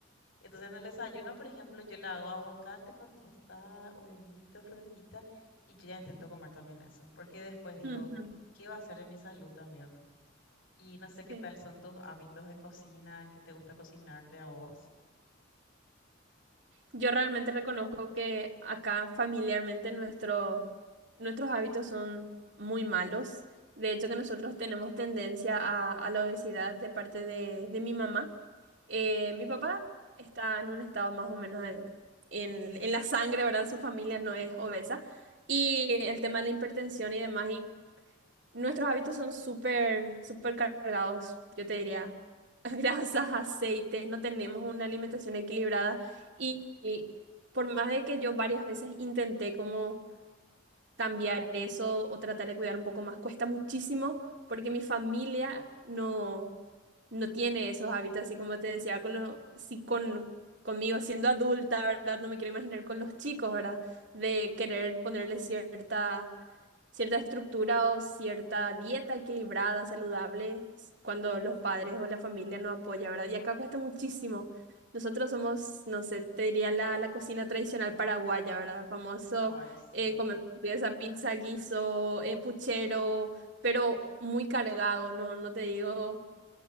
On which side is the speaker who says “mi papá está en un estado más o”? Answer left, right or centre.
Right